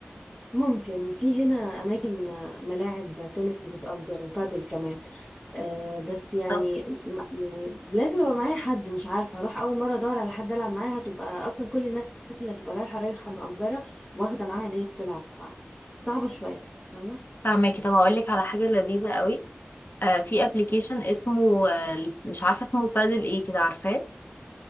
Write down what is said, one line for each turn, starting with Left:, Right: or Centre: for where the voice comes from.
Centre: ممكن في هنا اماكن آه، ملاعب تنس بتتأجر وبادل كمان آه، بس يعني
Left: طب
Centre: يعني لازم يبقى معايا حد مش عارفه هروح اول مره ادور على حد العب معاه هتبقى اصلا كل الناس اللي هتبقى رايحه رايحه مأجره واخده معاها ناس تلعب ف صعبه شويه فاهمه
Left: فاهماكي طب هقول لك على حاجة لذيذة قوي آه في ابلكيشن اسمه آه مش عارفة اسمه بادل ايه كده عارفاه